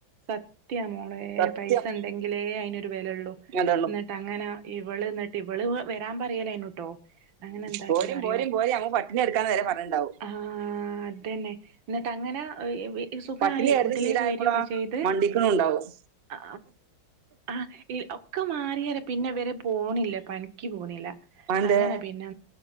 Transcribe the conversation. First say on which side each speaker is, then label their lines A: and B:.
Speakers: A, on the right (about 80°); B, on the right (about 50°).
A: സത്യ മോളെ
B: സത്യം
A: പൈസ ഉണ്ടെങ്കിലേ അയിനൊ രു വെലൊള്ളൂ.
B: അതുള്ളൂ
A: ഇന്നട്ട് അങ്ങനെ ഇവള് എന്നിട്ട് ഇവള് വരാൻ പറയലേനു ട്ടോ അങ്ങനെ എന്താക്കിന്ന്
B: പോരും
A: അറിയോ
B: പോരും പോരും അങ്ങ് പട്ടിണി എടുക്കാന്ന് വരെ പറഞ്ഞിണ്ടാവും
A: ആഹ് ആതന്നെ എന്നിട്ട് അങ്ങനെ <unintelligible> സുഖായി
B: പട്ടിണി ആയിരുന്നു
A: വീട്ടിലേക്ക്
B: ശീലായപ്പോളാ
A: വരൊക്കെ ചെയ്ത്
B: മണ്ടിക്കണുണ്ടാവും
A: ആ ആ ഒക്കെ മാറിയാരെ പിന്നെ ഇവര് പോണില്ല പണിക്ക് പോണില്ല.
B: അന്തേ
A: അങ്ങനെ പിന്നെ